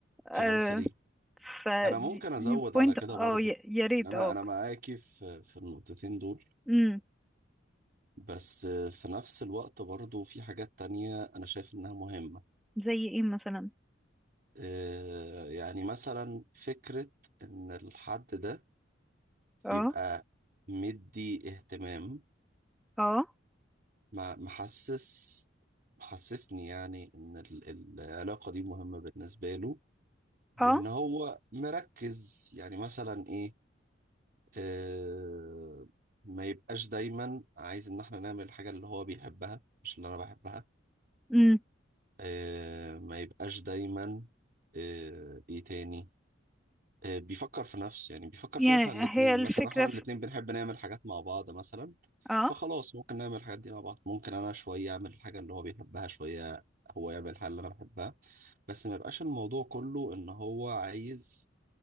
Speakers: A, in the centre; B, on the right (about 50°).
A: أه
B: كلام سليم
A: ف
B: انا
A: دي
B: ممكن ازود
A: بوينت
B: على كده
A: اه
B: برضو
A: يا يا
B: يعني
A: ريت
B: انا
A: اه
B: انا معاكي في في النقطتين دول
A: امم
B: بس في نفس الوقت برضو في حاجات تانية انا شايف انها مهمة
A: زي ايه مثلا
B: آه، يعني مثلا فكرة إن الحد ده
A: اه
B: يبقى مدي اهتمام
A: اه
B: مع- محسس محسسني يعني إن ال- العلاقة دي مهمة بالنسبة له
A: اه
B: وإن هو مركز يعني مثلا إيه آه، ما يبقاش دايما عايز إن إحنا نعمل الحاجة اللي هو بيحبها مش اللي أنا بحبها
A: امم
B: آه، ما يبقاش دايما آه، إيه تاني آه، بيفكر في نفسه يعني بيفكر
A: يعني
B: فينا احنا الاثنين
A: هي الفكره
B: مثلا احنا الاثنين
A: في
B: بنحب نعمل حاجات مع بعض مثلا
A: اه
B: فخلاص ممكن نعمل الحاجات دي مع بعض ممكن انا شوية اعمل الحاجة اللي هو بيحبها شوية هو يعمل الحاجة اللي انا بحبها بس ما يبقاش الموضوع كله ان هو عايز